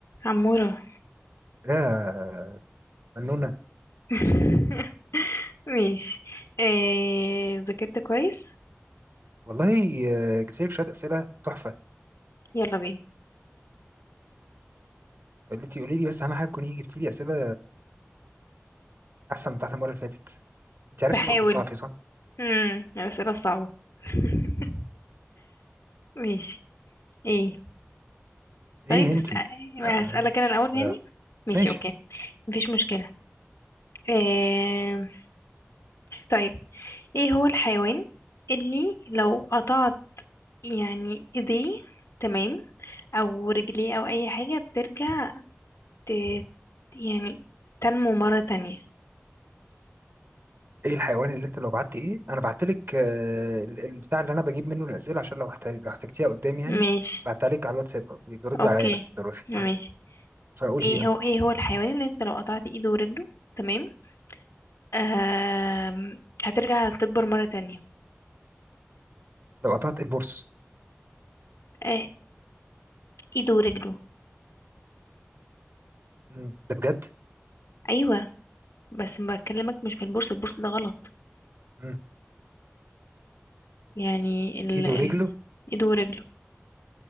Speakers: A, on the left; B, on the right.
A: عمورة
B: يا فنونة
A: <laughs> ماشي آه... ذاكرت كويس
B: والله آه، جبت لك شوية أسئلة تحفة
A: يلا بينا
B: قلت لي قولي لي بس أهم حاجة تكوني جبتي لي أسئلة أحسن من بتاعت المرة اللي فاتت أنت عرفتي
A: بحاول
B: نقطة ضعفي صح؟
A: امم الأسئلة الصعبة <laughs> ماشي ايه
B: ليه
A: طيب بس
B: أنت؟ آه.
A: هسألك انا الأول يعني
B: آه.
A: ماشي
B: ماشي
A: اوكي مفيش مشكلة آه... طيب ايه هو الحيوان اللي لو قطعت يعني ايديه تمام او رجليه او اي حاجة بترجع ت... يعني تنمو مرة تانية
B: إيه الحيوان اللي أنت لو بعت إيه؟ أنا بعت لك آه، ال- البتاع اللي أنا بجيب منه الأسئلة عشان لو احتاج- لو احتجتيها قدام يعني
A: ماشي
B: بعتها لك على الواتساب بيرد
A: اوكي
B: عليا بس ضروري
A: ماشي
B: آه. فأقول
A: ايه
B: هي إيه؟ آه.
A: هو ايه هو الحيوان اللي انت لو قطعت ايده ورجله تمام آم... هترجع تكبر مرة تانية
B: لو قطعت البورص
A: آه... ايده ورجله
B: مم. ده بجد؟
A: ايوه بس بكلمك مش في البورصة البورصة ده غلط
B: مم.
A: يعني ال...
B: إيده
A: ال...
B: ورجله
A: ايده ورجله